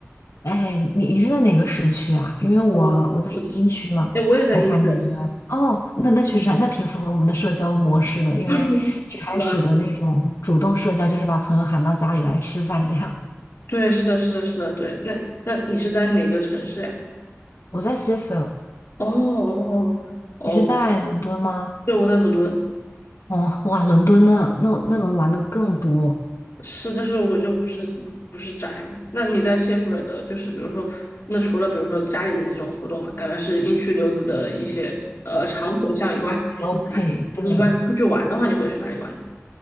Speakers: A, on the left (about 80°); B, on the left (about 55°).
A: 哎，你你是在哪个时区啊？
B: <laughs>
A: 因为我我在英区嘛，
B: 呃，我哎，我也在医学，
A: 我感觉哦，那那确实还那挺符合我们的社交模式的，因为一开始的那种主动社交就是把朋友喊到家里来吃饭这样。
B: <laughs> 是吧？对，是的，是的，是的，对。那那你是在哪个城市呀？
A: 我在谢菲尔，
B: 哦哦哦，
A: 你是在伦敦吗？
B: 哦对，我在伦敦。
A: 哦，哇，伦敦那那那能玩的更多，
B: 是，但是我就不是不是宅嘛。那你在谢菲尔德，就是比如说，那除了比如说家里的那种活动嘛，感觉是英区留子的一些呃长选项以外，
A: 标配。
B: 你
A: 对，
B: 你一般出去玩的话，你会去哪里玩呢？